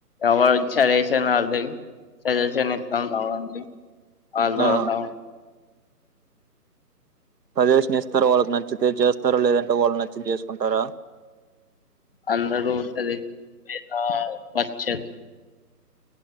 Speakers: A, on the left (about 35°); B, on the right (about 80°).
A: ఎవర్ చెజేషన్ ఆల్ది సజేషన్ ఇత్తం కావండి అలదోతం
B: ఆ సజెసషన్ ఇస్తర్ వాళ్ళక్ నచ్చుతే చేస్తారు లేదంటే వాళ్ళ్ నచ్చించేసుకుంటరా
A: అందరు సజెసషన్ నచ్చదు